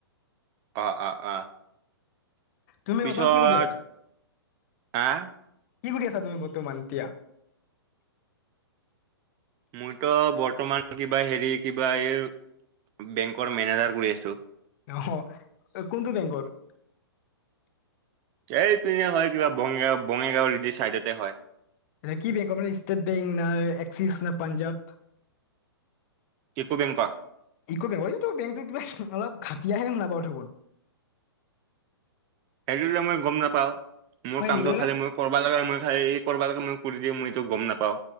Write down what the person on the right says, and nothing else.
অ অ অ
পিছত
আহ
মইতো বৰ্তমান কিবা হেৰি কিবা এই বেংকৰ মেনেজাৰ কৰি আছো।
এইপিনে হয় কিবা বঙাইগাঁও বঙাইগাঁও চাইডতে হয়।
ইউকো বেংকৰ
সেইটো মই গম নাপাওঁ। মই
কামটো
খালি মই কৰবা লাগে মই খাল কৰবা লাগে মই কৰি দি মইতো গম নাপাওঁ।